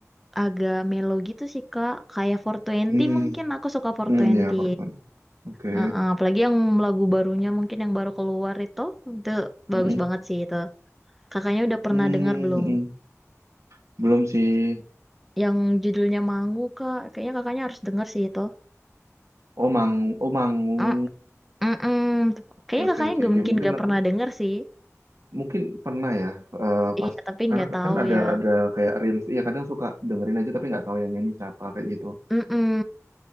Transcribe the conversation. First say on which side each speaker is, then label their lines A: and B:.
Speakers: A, in the centre; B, on the right (about 65°).
A: agak melo gitu sih Kak. Kayak four Twenty
B: Hmm,
A: mungkin aku suka 420.
B: hmm ya pertemuan. Oke.
A: Heeh, apalagi yang lagu barunya mungkin yang baru keluar itu itu
B: Hmm,
A: bagus banget sih itu. Kakaknya udah pernah
B: hmm,
A: dengar belum?
B: hmm. Belum sih.
A: Yang judulnya Mangu Kak. Kayaknya kakaknya harus dengar sih itu.
B: Oh Mang, oh Mangung.
A: Mm, mm, mm.
B: Oke
A: Kayaknya
B: oke
A: kakaknya
B: oke
A: nggak
B: oke.
A: mungkin
B: Mungkin
A: gak
B: aku
A: pernah dengar sih.
B: mungkin pernah ya eh,
A: Iya
B: pas
A: tapi
B: karena
A: nggak tahu
B: kan ada
A: ya.
B: ada kayak rilis iya kadang suka dengerin aja tapi nggak tahu yang nyanyi siapa kayak gitu.
A: Mm, mm.